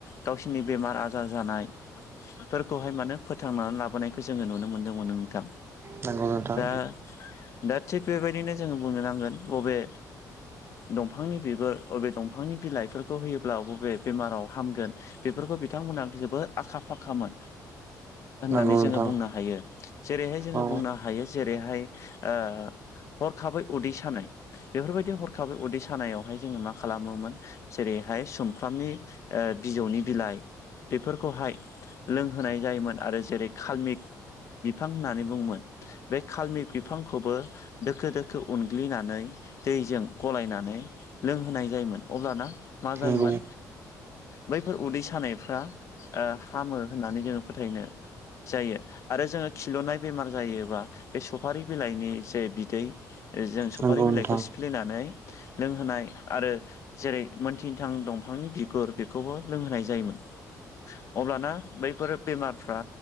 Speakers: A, on the left (about 45°); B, on the right (about 35°).
A: गावसिनि बेमार आजार जानाय फोरखौहाय माने फोथांनानै लाबोनायखौ जोङो नुनो मोन्दोंमोन नोंथां
B: नंगौ नोंथां
A: दा दा थिग बेबायदिनो जोङो बुंनो नांगोन बबे दंफांनि बिगुर अबे दंफांनि बिलाइफोरखौ होयोब्ला बबे बेमाराव हामगोन बेफोरखौ बिथांमोना जोबोद आखा फाखामोन होननानै
B: नंगौ नोंथां
A: जोङो बुंनो हायो जेरैहाय जोङो
B: औ
A: बुंनो हायो जेरैहाय ओ हरखाबायै उदै सानाय बेफोरबायदि हरखाबै उदै सानायावहाय जोङो मा खालामोमोन जेरैहाय सुमफ्रामनि ओ बिजौनि बिलाइ बेफोरखौहाय लोंहोनाय जायोमोन आरो जेरै काल्मिक बिफां होननानै बुङोमोन बे खालमि बिफांखौबो दोखो दोखो उनग्लिनानै दैजों गलायनानै लोंहोनाय जायोमोन अब्लाना मा जायोमोन
B: नंगौ
A: बैफोर उदै सानायफ्रा ओ हामो होननानै जोङो फोथायनो जायो आरो जोङो खिलुनाय बेमार जायोबा बे सफारि बिलाइनि जे बिदै जों सफारि
B: नंगौ
A: बिलाइखौ
B: नोंथां
A: सिफ्लेनानै लोंहोनाय आरो जेरै मोनथिथां दंफांनि बिगुर बेखौबो लोंहोनाय जायोमोन। अब्लाना बैफोर बेमारफ्रा